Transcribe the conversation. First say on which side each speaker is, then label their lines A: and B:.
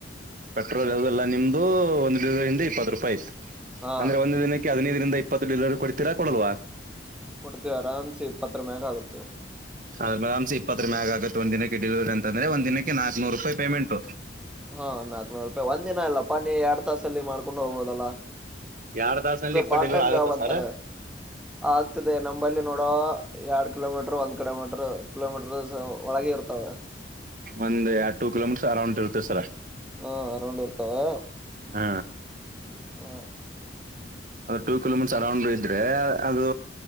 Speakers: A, on the right; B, in the centre.
A: ಪೆಟ್ರೋಲ್ ಅದುಲ್ಲಾ ನಿಮ್ದು ಒಂದು್ ಲೀರ್ಂದ ಇಪ್ಪತ್ತು ರೂಪಾಯಿ ಐ
B: ಹಾ
A: ಅಂದ್ರೆ ಒಂದ್ ದಿನಕ್ಕೆ ಹದಿನೈದರಿಂದ ಇಪ್ಪತ್ತು ಲಲರ್ ಕೊಡ್ತೀರಾ ಕೊಡಲ್ವ
B: ಕೊಡ್ತೀವಿ ಅರನ್ಸಿ ಇಪ್ಪತ್ರರ ಮ್ಯಾಾಗ ಆಗುತ್ತೆ
A: ಅದ ಮೇಾಮ್ ಇಪ್ಪತ್ತ ರ ಮ್ಯಾಗ ಆಗುತ್ತೆ ಒಂದ್ ದಿನಕ್ಕೆ ಡೆಲಿವರಿ ಅಂದೆ ಒಂದಿನಕ್ಕೆ ನಾಕ್ೂ ರಪಾಯಿ ಪೇಮೆಂಟ್
B: ಹಾ ನಾಕ್ನೂರು ರೂಪಾಯಿ ಒಂದ್ಿನ ಅಲ್ಲ ಪಾನಿ ಎರಡ್ ತಾಸಲ್ಲಿ ಮಾಡ್ಕೊಂಡು ಹೋಗೋದಲ್ಲಾ
A: ಎರಡ್ ತಾಸನಲ್ಲಿ ಇಪ್ಪತ್ತು
B: ಪಾರ್ಟ್
A: ಡಿಲಿವರಿ
B: ಟೈಮ್
A: ಆಗುತ್ತಾ
B: ಜಾಬ್ ಅಂತಾರೆ
A: ಸರ್
B: ಆಗ್ತದೆ ನಂಬಲ್ಲಿಿ ನೋಡೋ ಎರಡ್ ಕಿಲೋಮೀಟ್ರರ್ ಒಂದ್ ಕಿಲೋಮೀಟ್ರ ಕಿಲೋಮೀಟ್ರ ಒಳಗ ಇರ್ತಾವ
A: ಒಂದ ಟೂ ಕಿಲೋಮೀಟರ್ ಅರೌಂಡ್ ಇರುತ್ತೆ ಸರ
B: ಹಾ ಅರೌಂಡ್ ಇರ್ತಾವ
A: ಹ್ಮ
B: ಹಾ
A: ಒಂದು ಟೂ ಕಿಲೋಮೀಟರ್ ಅರೌ್ ಇದ್ರೆ ಅದು